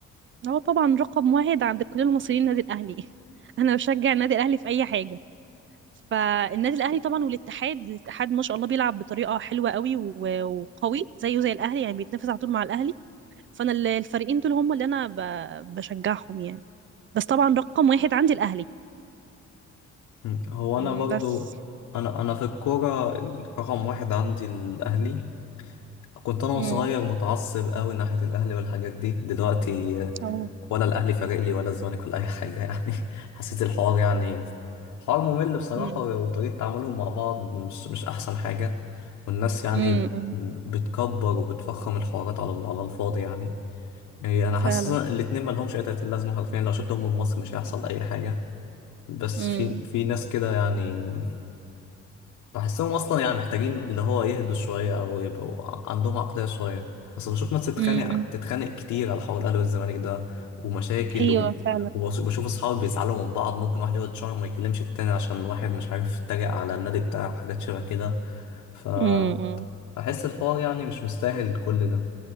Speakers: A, on the right; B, on the left.
A: هو طبعا رقم واحد عند كل المصريين النادي الاهلي <laughs> انا بشجع النادي الاهلي في اي حاجه فالنادي الاهلي طبعا والاتحاد الاتحاد ما شاء الله بيلعب بطريقه حلوه قوي و- وقوي زيه زي الاهلي يعني بيتنافس على طول مع الاهلي فانا ال- الفريقين دول هم اللي انا ب- بشجعهم يعني بس طبعا رقم واحد عندي الاهلي
B: م، هو
A: مم،
B: أنا برضو
A: بس
B: أنا أنا في الكورة رقم واحد عندي الأهلي كنت انا
A: امم
B: صغير متعصب قوي ناحيه الاهلي والحاجات دي دلوقتي آه،
A: اه
B: ولا الاهلي فارق لي ولا الزمالك ولا اي حاجه يعني <laughs> حسيت الحوار يعني حوار ممل بصراحه
A: امم
B: وطريقه تعاملهم مع بعض مش مش احسن حاجه والناس يعني
A: امم
B: بتكبر
A: <laughs>
B: وبتفخم الحوارات على على الفاضي يعني إيه، انا
A: فعلا
B: حاسس إن الاتنين ما لهمش اي تأتي لازمه حرفيا لو شلتهم من مصر مش هيحصل اي حاجه بس
A: امم
B: في في ناس كده يعني بحسهم اصلا يعني محتاجين اللي هو يهدوا شويه او يبقوا ع- عندهم عقليه شويه اصل بشوف ناس تتخانق
A: امم
B: تتخانق كتير على حوار الاهلي والزمالك ده ومشاكل
A: ايوه
B: و...
A: فعلا
B: وبشوف اصحابي بيزعلوا من بعض ممكن واحد يقعد شهر ما يكلمش التاني عشان واحد مش عارف يتريق على النادي بتاعه وحاجات شبه كده ف
A: امم
B: بحس الحوار يعني مش مستاهل كل ده